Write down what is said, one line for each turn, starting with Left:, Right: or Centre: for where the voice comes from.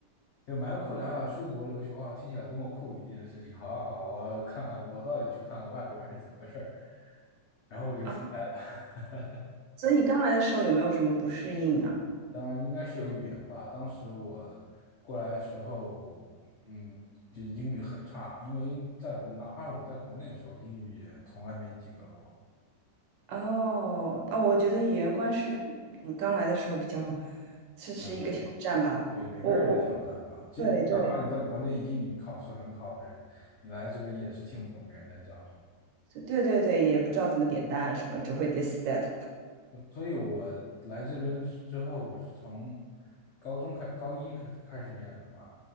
Left: 就蛮酷的啊！出国留学哇，听起来多么酷的一件事情！好啊好啊，我看看，我到底去看看外国人是怎么个事儿，然后我就出来了。
Right: 啊，
Left: <laughs>
Right: 所以你刚来的时候有没有什么不适应啊？
Left: 当然应该是有语言吧。当时我过来的时候，嗯，就英语很差，因为在国，哪怕我在国内的时候，英语也从来没及格过。
Right: 哦哦，我觉得语言关是嗯刚来的时候比较，这是一个挑战吧。
Left: 嗯，对每个人的挑战吧，
Right: 我我
Left: 就哪怕你在国内英语考试很好的人，
Right: 对对
Left: 你来这边也是听不懂别人在讲什么。
Right: 对对对，也不知道怎么点单啊什么，只会 this that
Left: 对所以，我来这边之后，我是从高中开，高一开始开始念的嘛，